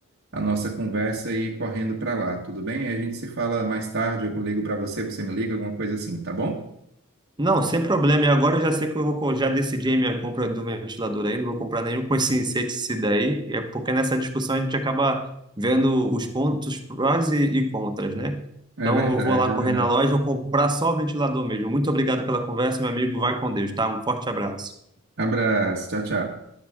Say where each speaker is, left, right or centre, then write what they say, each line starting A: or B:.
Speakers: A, on the right; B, on the right.
A: a nossa conversa e ir correndo para lá, tudo bem? Aí a gente se fala mais tarde, eu ligo para você, você me liga, alguma coisa assim, tá bom?
B: Não, sem problema. E agora eu já sei que eu vou, co- já decidi a minha compra do ventilador aí, não vou comprar nenhum com esse inseticida aí, é porque nessa discussão a gente acaba vendo os pontos prós e, e contras, né?
A: É
B: Então
A: verdade,
B: eu vou lá
A: é
B: correr
A: verdade.
B: na loja, vou comprar só o ventilador mesmo. Muito obrigado pela conversa, meu amigo. Vai com Deus, tá? Um forte abraço.
A: Abraço, tchau, tchau.